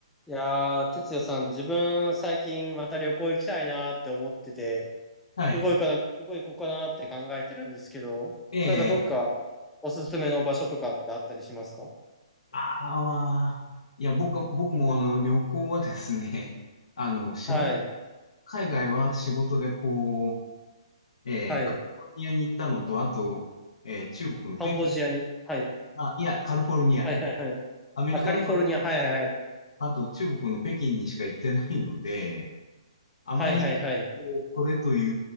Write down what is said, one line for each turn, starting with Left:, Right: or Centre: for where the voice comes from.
Centre: いやー、哲也さん、自分、最近また旅行行きたいなーって思ってて、
Left: はい。
Centre: どこ行かな、どこ行こうかなーって考えてるんですけど、
Left: ええ、
Centre: なんかどっかおすすめの場所とかってあったりしますか
Left: ああ、いや、僕は、僕もあの、旅行はですね、<laughs> あの、仕事、
Centre: はい、
Left: 海外は仕事でこう、えー、
Centre: はい。
Left: カリフォルニアに行ったのと、あと、えー、中国の北京、
Centre: カンボジアに。はい、
Left: あ、いや、カリフォルニア、
Centre: はい、はい、はい。
Left: アメリカのカリフォルニアと、
Centre: あ、カリフォルニア。はい、はい、はい。
Left: あと中国の北京にしか行ってないので、あまりこう、
Centre: はい、はい、はい。
Left: これとい